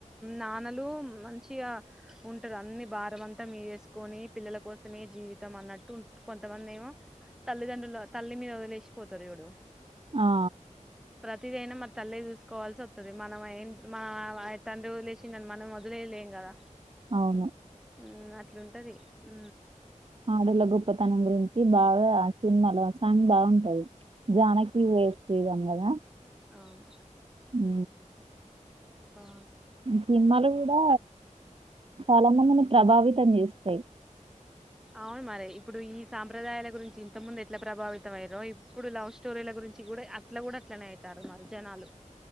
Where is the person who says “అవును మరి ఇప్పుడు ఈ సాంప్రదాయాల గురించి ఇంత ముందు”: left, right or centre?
Centre